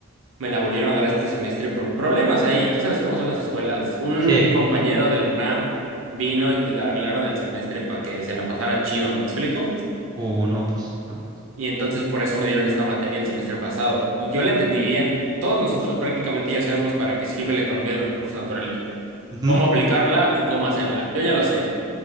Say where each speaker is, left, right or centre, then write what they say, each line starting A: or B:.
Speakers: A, on the right; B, on the right.
A: me la volvieron a dar este semestre por problemas ahí. Tú sabes cómo son las escuelas. Un
B: sí.
A: compañero de la UNAM vino y pues le arreglaron el semestre para que se la pasara chido, ¿me explico?
B: o no, pues no.
A: Y entonces por eso me dieron esta materia el semestre pasado. Y yo la entendí bien y todos nosotros prácticamente ya sabemos para qué sirve la economía de los recursos naturales,
B: Ujú,
A: cómo aplicarla y cómo hacerla. Yo ya lo sé.